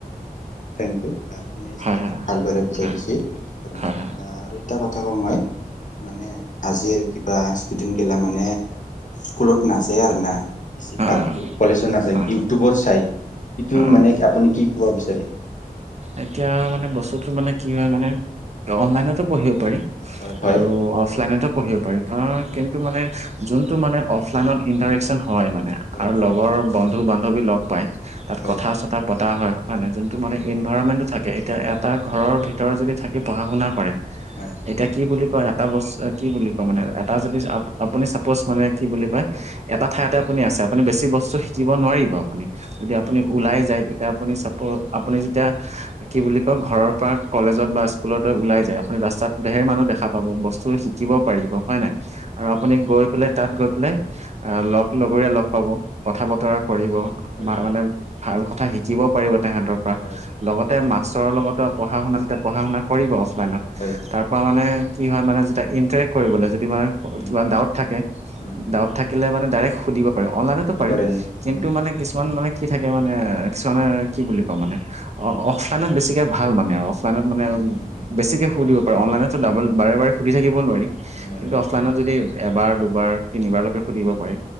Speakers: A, on the left (about 55°); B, on the right (about 45°).
A: থেংক ইউ। আ
B: হয়
A: যি ভালদৰে বুজাই
B: হয়
A: দিছি
B: হয়
A: আ
B: হয় হয় হয়
A: আৰু এটা কথা কওঁ মই মানে আজিৰ কিবা ষ্টুডেণ্ট গেলা মানে স্কুলত নাযায় আৰ না বেছি
B: অ অ অ
A: ভাগটো কলেজো নাযায়
B: অ
A: ইউটুবত চাই, সিটো
B: অ অ
A: মানে আপুনি কি ক'ব বিচাৰে?
B: এতিয়া মানে বস্তুটো মানে কি হয় মানে, অনলাইনতো পঢ়িব পাৰি।
A: হয় হয়
B: আৰু অফলাইনতো পঢ়িব পাৰি কাৰণ
A: হয়
B: কিন্তু মানে যোন টো মানে অফলাইনত ইন্টাৰেকচন হয় মানে
A: হয়
B: আৰু
A: হয়
B: লগৰ বন্ধু বান্ধৱী লগ পায়। তাত
A: হয়
B: কথা চথা পতা হয়। হয় নাই যোনটো মানে
A: হয়
B: এনভাইৰনমেণ্টটো
A: হয়
B: থাকে। এতিয়া এটা
A: হয়
B: ঘৰৰ
A: হয় হয়
B: ভিতৰত যদি থাকি পঢ়া শুনা কৰে,
A: হয়
B: এতিয়া কি বুলি এটা বস্তু কি বুলি কও মানে এটা যদি আপুনি চাপজ মানে কি বুলি কয়
A: হয় হয় হয়
B: এটা ঠাইতে আপুনি আছে আপুনি বেছি বস্তু শিকিব নোৱাৰিব আপুনি যদি আপুনি ওলাই যায় এতিয়া আপুনি আপুনি য এতিয়া কি বুলি কয় ঘৰৰ পৰা কলেজত বা স্কুলত ওলাই যায় আপুনি ৰাস্তাত ধেৰ মানুহ দেখা পাব বস্তু শিকিব পাৰিব হয় নাই আৰু আপুনি গৈ পেলাই তাত গৈ পেলাই আহ লগ লগৰীয়া লগ পাব, কথা বতৰা কৰিব
A: হয়
B: মানে ভাল কথা শিকিব পাৰিব তেহাঁতৰ পৰা
A: হয় হয়
B: লগতে মাছ ওচৰৰ লগতো আৰু পঢ়া শুনা যেতিয়া পঢ়া শুনা কৰিব অফলাইনত
A: হয়
B: তাৰ পৰা মানে কি হয় মানে যেতিয়া ইন্টাৰেক্ট কৰিবলৈ যদি মানে
A: উম
B: কিবা ডাউট থাকে
A: উম
B: ডাউট থাকিলে মানে ডাইৰেক্ সুধিব পাৰে অনলাইনতো
A: সুধিব
B: পাৰি
A: পাৰে ন?
B: কিন্তু
A: উম
B: মানে কিছুমান মানে কি থাকে মানে কিছুমানে কি বুলি কোৱা মানে অ
A: উম
B: অফলাইনত বেছিকে ভাল মানে আৰু লাইনত মানে
A: উম উম উম
B: বেছিকে সুধিব পাৰে অনলাইনতো ডাবল বাৰে বাৰে সুধ থাকও নোৱাৰি।
A: নৰে
B: কিন্তু
A: নৰে
B: অফলাইনত
A: উম
B: যদি এবাৰ দুবাৰ তিনিবাৰলৈকে সুধিব পাৰি